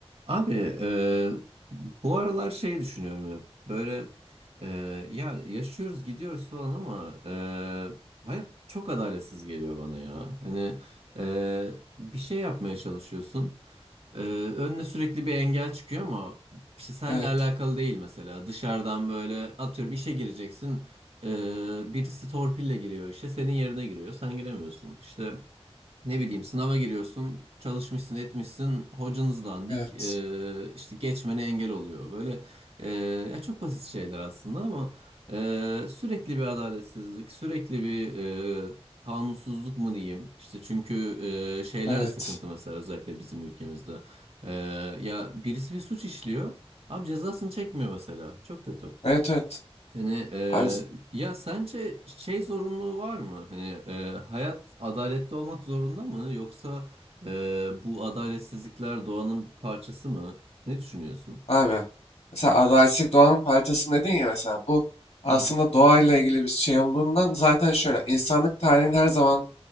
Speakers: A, on the right (about 65°); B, on the left (about 85°).
A: Abi e, bu aralar şey düşünüyorum hep. Böyle e, ya yaşıyoruz gidiyoruz falan ama e, hayat çok adaletsiz geliyor bana ya. Hani e, bir şey yapmaya çalışıyorsun. E, önüne sürekli bir engel çıkıyor ama işte seninle
B: Evet,
A: alakalı değil mesela. Dışarıdan böyle atıyorum işe gireceksin. E, birisi torpille giriyor işe senin yerine giriyor sen giremiyorsun. İşte ne bileyim sınava giriyorsun, çalışmışsın, etmişsin, hocanız dandik,
B: evet,
A: eee, işte geçmene engel oluyor. Böyle eee, ya çok basit şeyler aslında ama eee, sürekli bir adaletsizlik, sürekli bir eee, kanunsuzluk mu diyeyim? İşte çünkü eee, şeyler
B: evet.
A: de sıkıntı mesela özellikle bizim ülkemizde. Eee, ya birisi bir suç işliyor, abi cezasını çekmiyor mesela. Çok kötü.
B: Evet, evet.
A: Hani e,
B: Abi, z-
A: ya sence şey zorunluluğu var mı? Hani e, hayat adaletli olmak zorunda mı? Yoksa e, bu adaletsizlikler doğanın bir parçası mı? Ne düşünüyorsun?
B: abi. Mesela Adaletlik Doğanın parçası dedin ya mesela bu aslında
A: Hı hı,
B: doğayla ilgili bir şey olduğundan zaten şöyle insanlık tarihinin her zaman